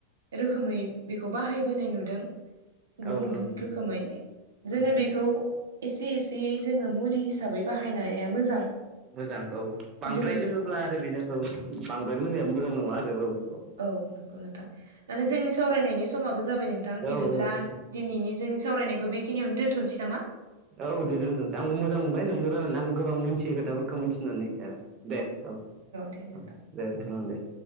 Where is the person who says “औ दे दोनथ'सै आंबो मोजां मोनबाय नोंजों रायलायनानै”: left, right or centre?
Right